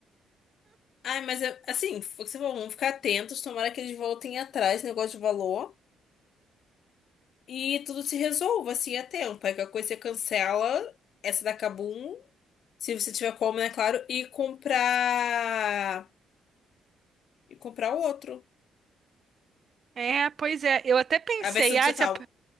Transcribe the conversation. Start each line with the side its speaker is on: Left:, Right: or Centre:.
Left: Ai, mas é- assim, foi o que você falou, vamos ficar atentos, tomara que eles voltem atrás, né, negócio de valor, e tudo se resolva, assim, a tempo. Aí qualquer coisa você cancela essa da Kabum, se você tiver como, né, claro, e comprar. E comprar outro.
Right: É, pois é, eu até pensei,
Left: A versão digital.
Right: ah, se ap-